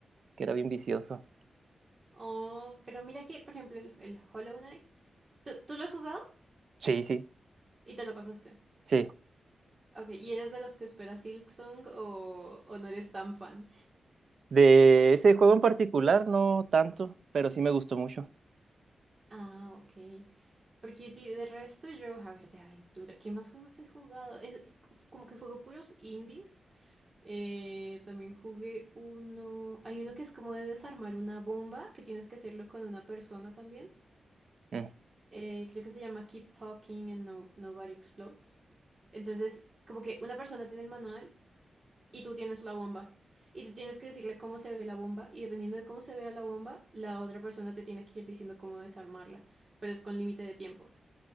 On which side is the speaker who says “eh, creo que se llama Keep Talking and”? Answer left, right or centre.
Right